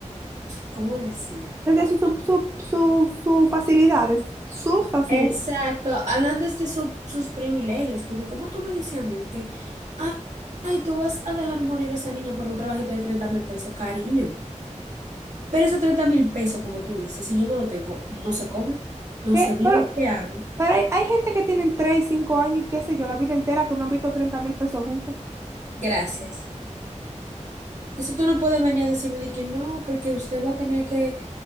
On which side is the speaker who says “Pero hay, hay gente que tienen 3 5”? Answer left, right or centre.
Right